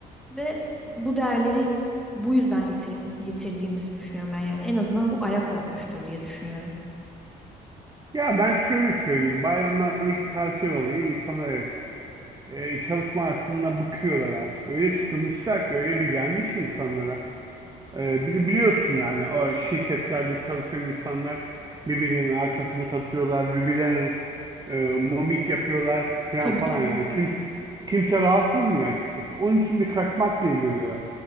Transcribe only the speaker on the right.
Ya ben şöyle söyleyeyim. Bayramlardaki tatil olayı insanlar evet e, çalışma hayatında bıkıyorlar artık. Öyle sıkılmışlar ki öyle bir gelmiş ki insanlara. Ee, bili- biliyorsun yani o şirketlerde çalışan insanlar birbirlerinin arkasını katıyorlar, birbirlerine e, momik yapıyorlar falan
falan
yani kimse kimse rahat durmuyor açıkçası. Onun için bir kaçmak diye görüyorlar.